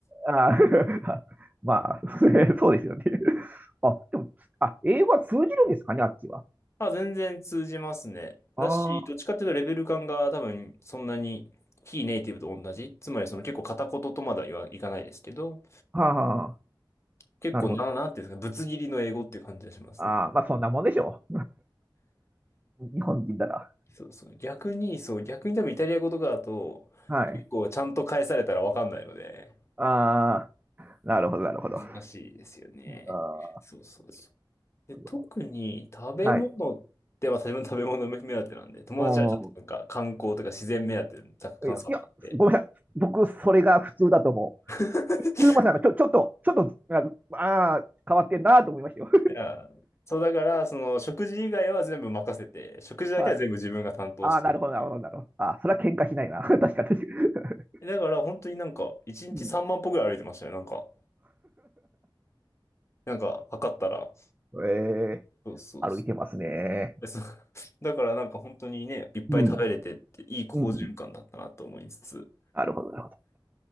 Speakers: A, on the right (about 20°); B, on the left (about 35°).
A: あー <laughs> まあ、<laughs> そうですよね。あ、でも、あ、英語は通じるんですかね、あっちは。
B: あ、全然通じますね。
A: ああ、
B: だし、
A: は
B: どっちかっていうとレベル感が多分そんなに非ネイティブと同じ。つまりその結構片言とまだは言わいかないですけど、
A: あはあ、
B: 結構な、
A: なるほど。
B: なんていうんですか、ぶつ切りの英語っていう感じがしますね。
A: ああ、まあそんなもんでしょう。<laughs> 日本人なら。
B: そうそう。逆に、そう、逆に多分イタリア語とかだと、
A: はい。
B: 結構ちゃんと返されたらわかんないので、
A: ああ、なるほど、なるほど。
B: 難しいですよね。
A: ああ、
B: そうそうそう。
A: なるほど
B: で、特に食べ物って、
A: はい。
B: まあ自分食べ物目当てなんで、友達はちょっとなんか観光とか自然目当て、
A: おー
B: 若干さったんで。
A: いや、いや、ごめんなさい。僕、それが普通だと思
B: <laughs>
A: う。ゆゆうまさんがちょ、ちょっと、ちょっと、ああー、変わってんなと思いましたよ。
B: いや、そうだから、その食事以外は全部任せて、食事だけは全部自分が担当してる。
A: <laughs> はい。ああ、なるほど、なるほど、なるほど。ああ、それは喧嘩しないな。<laughs> 確か、確か。
B: だから本当になんか、1日3万歩ぐらい歩いてましたよ、
A: うん
B: なんか。なんか、測ったら、
A: え
B: そうそうそう。
A: ー、歩いてますね。
B: でそう <laughs> だからなんか本当にね、いっぱい食べれてって、
A: うん。
B: いい好循環だったなと思いつつ。
A: うん。なるほど、なるほど。